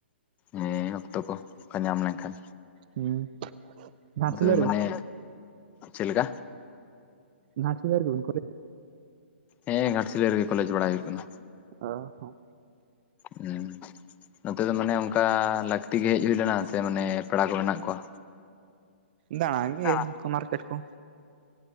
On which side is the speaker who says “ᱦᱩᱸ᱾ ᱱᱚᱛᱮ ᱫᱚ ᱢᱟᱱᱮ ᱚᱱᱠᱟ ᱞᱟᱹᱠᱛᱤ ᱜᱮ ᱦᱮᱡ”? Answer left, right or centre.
Left